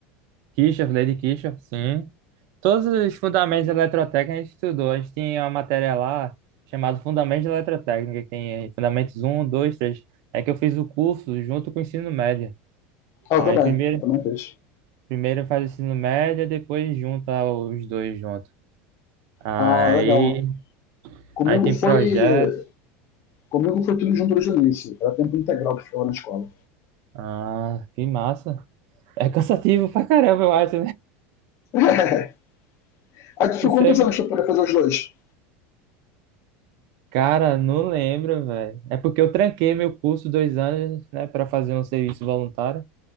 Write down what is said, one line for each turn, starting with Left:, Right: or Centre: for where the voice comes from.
Right: Kirchhoff, lei de Kirchhoff, sim. Todos os fundamentos de eletrotécnica a gente estudou. A gente tem uma matéria lá chamada Fundamentos de Eletrotécnica, que tem aí fundamentos um, 2, 3. É que eu fiz o curso junto com o ensino médio.
Left: Ah, eu
Right: Aí
Left: também,
Right: primeiro,
Left: eu também fez.
Right: primeiro faz o ensino médio, depois junta os dois juntos. Aí,
Left: Ah, legal. Comigo
Right: aí tem
Left: foi.
Right: projeto.
Left: Comigo foi tudo junto desde o início. Era tempo integral que ficava na escola.
Right: Ah, que massa. É cansativo pra caramba, eu acho.
Left: <laughs> Aí tu ficou
Right: Você...
Left: quantos anos pra poder fazer os dois?
Right: Cara, não lembro, velho. É porque eu tranquei meu curso dois anos, né, para fazer um serviço voluntário.